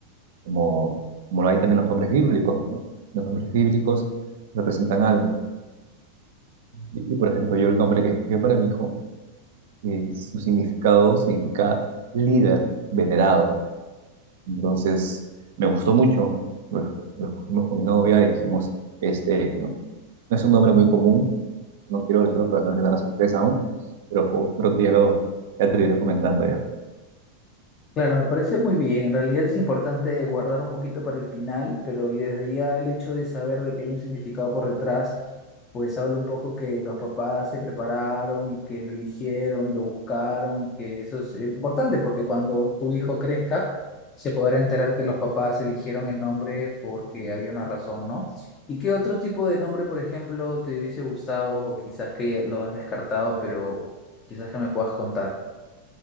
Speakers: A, on the right (about 55°); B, on the left (about 30°).
A: como, como lo hay también los nombres bíblicos, pues, ¿no? Los nombres bíblicos representan algo. Y, y, por ejemplo, yo el nombre que escogí para mi hijo, eh, su significado significa líder, venerado. Entonces, me gustó mucho. Lo, esco- lo escogimos con mi novia y dijimos, este es, ¿no? No es un nombre muy común, no quiero decirlo para no arruinar la sorpresa aún, pero po- pronto ya, lo, ya te lo iré comentando ya.
B: Claro, me parece muy bien. En realidad es importante guardar un poquito para el final, pero y desde ya el hecho de saber de que hay un significado por detrás, pues habla un poco que los papás se prepararon y que lo eligieron y lo buscaron y que eso es eh, importante porque cuando tu hijo crezca se podrá enterar que los papás eligieron el nombre porque había una razón, ¿no? ¿Y qué otro tipo de nombre, por ejemplo, te hubiese gustado, quizás que ya lo has descartado, pero quizás que me puedas contar?